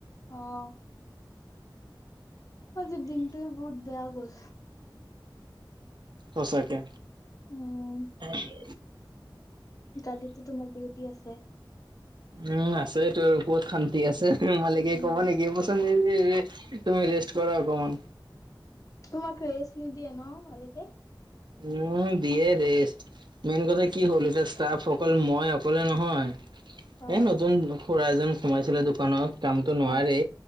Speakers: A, on the left (about 40°); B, on the right (about 60°).
A: অঁ। আজি দিনটোৱে বহুত বেয়া গ'ল।
B: সচাকে,
A: উম,
B: <unintelligible>
A: কালিতো তোমাৰ ডিউটি আছে।
B: উম আছেটো কত শান্তি আছে। উমালিকে
A: উম,
B: ক'ব নেকি পচন্দ। তুমি ৰেষ্ট কৰা অকমান।
A: তোমাক ৰেষ্ট নিদিয়ে ন মালিকে?
B: উম দিয়ে ৰেষ্ট মেইন কথা কি হ'ল এতিয়া ষ্টাফ অকল মই অকলে নহয়।
A: অ',
B: এ নতুন খুৰা এজন সোমাইছিলে দোকানত। কামতো
A: অ',
B: নোৱাৰে